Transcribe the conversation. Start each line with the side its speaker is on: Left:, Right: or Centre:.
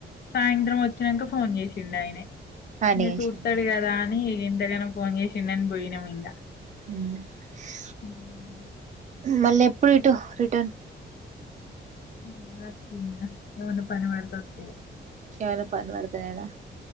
Left: సాయంత్రం వచ్చినాక ఫోన్ చేసిండు ఆయన
Right: ఆయన
Left: ఇంక
Right: చేసిండు
Left: చూడస్తాడు కదా అని ఇంతకనో ఫోన్ చేసిన్నని పోయినాం ఇంకా
Right: <inaudible>
Left: <inaudible>
Right: మళ్ళీ ఎప్పుడు ఇటు రిటర్న్
Left: ఇ వర్తదనా ఏమన్నా పని పడితే వస్తాను
Right: ఏమైనా పనిపడతునా